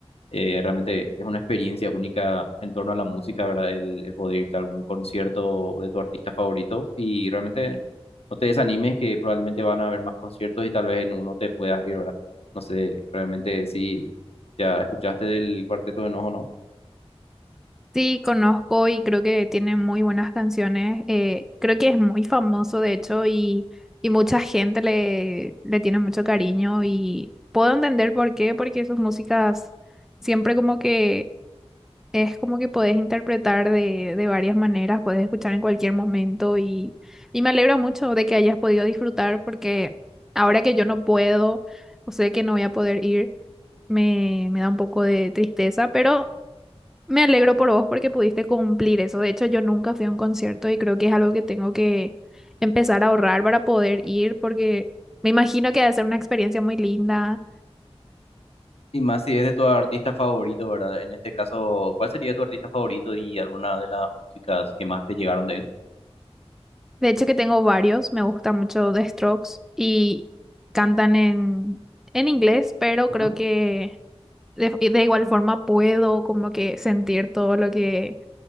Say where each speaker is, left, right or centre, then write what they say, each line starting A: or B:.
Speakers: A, on the left; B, in the centre.
A: eh, realmente es una experiencia única en torno a la música, ¿verdad? El, el poder irte a algún concierto de tu artista favorito y realmente no te desanimes que probablemente van a haber más conciertos y tal vez en uno te puedas ir, ¿verdad? No sé realmente si ya escuchaste del Cuarteto de Nos o no.
B: Sí, conozco y creo que tiene muy buenas canciones. eh, creo que es muy famoso, de hecho, y, y mucha gente le, le tiene mucho cariño y puedo entender por qué, porque sus músicas siempre como que es como que podés interpretar de, de varias maneras, podés escuchar en cualquier momento y, y me alegro mucho de que hayas podido disfrutar porque ahora que yo no puedo o sé que no voy a poder ir, me, me da un poco de tristeza, pero... Me alegro por vos porque pudiste cumplir eso. De hecho, yo nunca fui a un concierto y creo que es algo que tengo que empezar a ahorrar para poder ir porque me imagino que ha de ser una experiencia muy linda.
A: Y más si es de tu artista favorito, ¿verdad? En este caso, ¿cuál sería tu artista favorito y alguna de las músicas que más te llegaron de él?
B: De hecho, que tengo varios. Me gusta mucho The Strokes y cantan en, en inglés, pero
A: Ujú.
B: creo que de, de igual forma puedo como que sentir todo lo que,